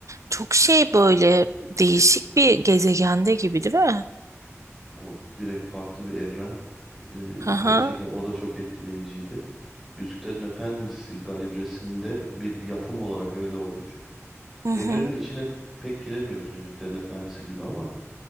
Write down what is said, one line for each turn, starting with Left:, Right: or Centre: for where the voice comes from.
Right: Çok şey böyle değişik bir gezegende gibi değil mi?
Centre: O direkt farklı bir evren. Ee,
Right: Aha.
Centre: gerçekten o da çok etkileyiciydi. Yüzüklerin Efendisi kalibresinde bir yapım olarak öyle olmuş.
Right: Hı
Centre: Evrenin
Right: hı.
Centre: içine pek giremiyorsun Yüzüklerin Efendisi gibi ama